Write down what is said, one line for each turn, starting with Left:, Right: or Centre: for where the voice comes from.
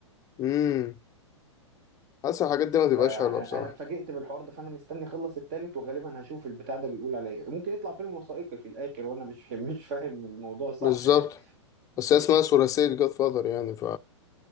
Left: امم حاسس الحاجات دي ما تبقاش
Right: فانا
Left: حلوه بصراحه
Right: اتفاجئت بالحوار ده فانا مستني اخلص التالت وغالبا هشوف البتاع ده بيقول على ايه ممكن يطلع فيلم وثائقي في الاخر وانا مش <laughs> مش فاهم الموضوع صح
Left: بالظبط
Right: يعني
Left: بس هي اسمها ثلاثيه جاد فاذر يعني ف